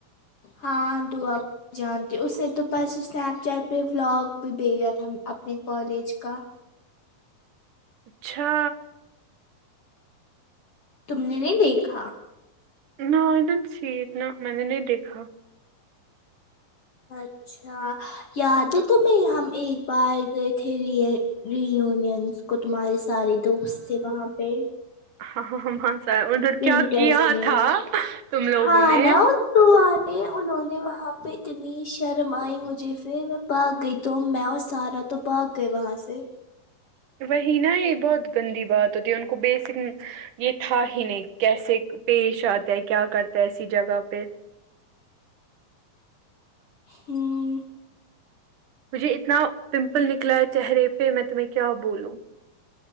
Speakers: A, on the left; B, on the right.
A: ہاں دعا کو جانتی اس نے تو بس اسنیپ چیٹ پہ بلاگ بھی بھیجا تھا اپنے کالج کا
B: اچھا
A: تم نے نہیں دیکھا
B: نو آئی دیدنٹ سی ات نہ میں نے نہیں دیکھا
A: اچھا یاد ہے تو میں ہم ایک بار گئے تھے رییونینس کو تمہارے سارے دوست تھے وہاں پہ
B: ہاں ہاں سا ادھر
A: ونٹرس
B: کیا کیا
A: میں
B: تھا تم لوگوں
A: ہاں
B: نے
A: نا
B: <unintelligible>
A: دو آنے انہوں نے وہاں پہ اتنی شرم آئی مجھے پھر میں بھاگ گئی تو میں اور سارا تو بھاگ گایے وہاں سے
B: وہی نا یہ بہت گندی بات ہوتی ہے ان کو بیسک یہ تھا ہی نہیں کیسے پیش آتا ہے کیا کرتا ہے ایسی جگہ پہ
A: ہوں
B: مجھے اتنا پمپل نکلا ہے چہرے پہ میں تمہیں کیا بولوں